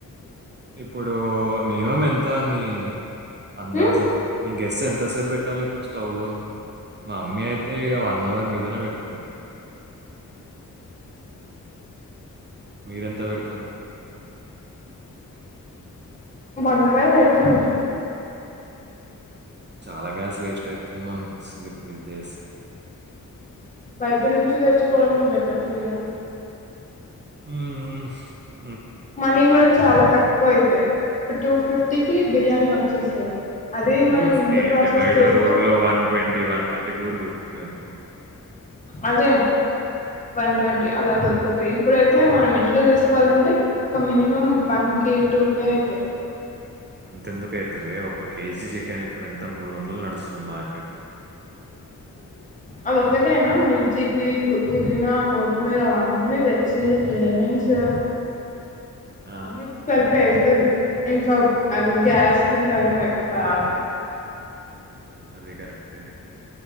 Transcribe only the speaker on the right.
ఇప్పుడు మినిమం ఎంత అని అందాజా
మీ గెస్ ఎంతసేపు పెట్టాలి ఇప్పుడు స్టవ్ లో మా అమ్మీ అయితే తే ఇగా వన్ అవర్ మీదనే పెడుతది మీరెంత పెడతారు
చాలా గ్యాస్ వేస్ట్ అయిందేమో అనిపిస్తుంది ఇప్పుడు ఇది చేసి
ఉ హుమ్
టూ
ఫిఫ్టీ
అండి
బయట
రోడ్ లో వన్ ట్వంటీ వన్ థర్టీ కూడా దొరుకుతున్నాయి ఇప్పుడు
అంతెందుకు అయితదే ఒక కేజీ చికెన్ ఇప్పుడ ఎంత మూడు వందలు నడుస్తుంది మా <inaudible>
హ్మ్.
ఆ!
అది కరెక్టే